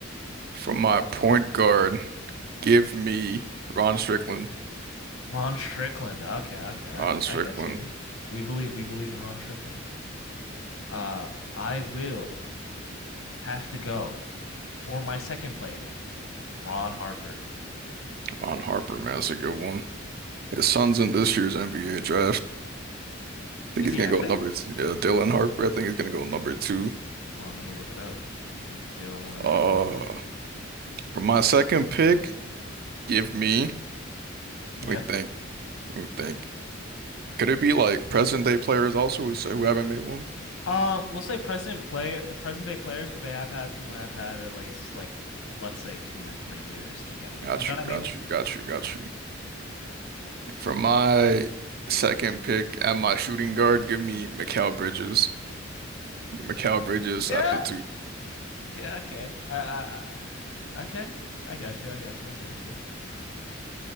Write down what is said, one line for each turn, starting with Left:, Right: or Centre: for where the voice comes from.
Right: For my point guard, give me Ron Strickland,
Left: Ron Strickland. Okay, okay,
Right: Ron
Left: okay.
Right: Strickland,
Left: I got you. We believe we believe in Ron Strickland. Uh, I will have to go for my second player, Ron Harper.
Right: Ron Harper, man. That's a good one. His son's in this year's NBA draft. think
Left: Is
Right: he's
Left: he
Right: gonna
Left: actually?
Right: go number t- uh, Dylan Harper. I think he's gonna go number two.
Left: Hold on, let me look it up. Dylan.
Right: Uh, for my second pick, give me.
Left: Yeah.
Right: Let me think. Let me think. Could it be like present day players also who say who haven't made one?
Left: Um, we'll say present player, present day players, but they have had to have had at least like, let's say two or three years to get one.
Right: Got
Left: You know
Right: you.
Left: what I mean?
Right: Got you. Got you. Got you. For my second pick at my shooting guard, give me Mikal Bridges. Mikal Bridges
Left: Yeah.
Right: at the two.
Left: Yeah. Okay. I, I, I, okay. I got you. I got you. I got you.